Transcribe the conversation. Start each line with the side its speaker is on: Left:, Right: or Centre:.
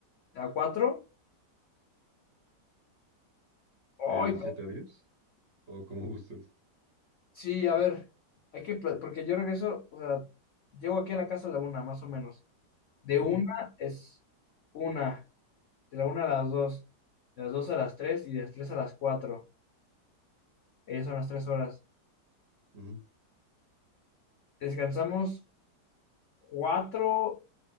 Left: a cuatro. ¡Ay!
Right: Y de siete a diez, o como <laughs> gustes.
Left: Sí, a ver. Hay que, pla- porque yo regreso, o sea, llego aquí a la casa a la una, más o menos. De
Right: Ajá.
Left: una es una. De la una a las 2, de las 2 a las tres y de las 3 a las cuatro, Ellas son las 3 horas.
Right: Ujú.
Left: Descansamos 4